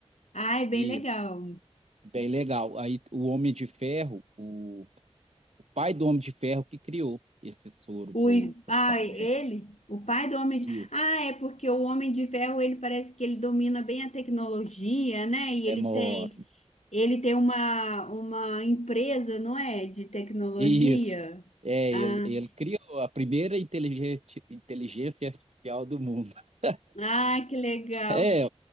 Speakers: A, on the left; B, on the right.
A: Ai, bem
B: Isso,
A: legal.
B: bem legal. Aí o Homem de Ferro, o pai do Homem de Ferro que criou esse soro
A: O,
B: pro Capitão
A: ah,
B: América.
A: ele, o pai do homem.
B: Isso,
A: de- Ah, é porque o Homem de Ferro, ele parece que ele domina bem a tecnologia, né? E
B: demora.
A: ele tem, ele tem uma, uma empresa, não é? De tecnologia.
B: Isso. É,
A: Ah,
B: ele, ele criou a primeira inteligente- inteligência artificial do mundo. <laughs>
A: ah, que legal.
B: É,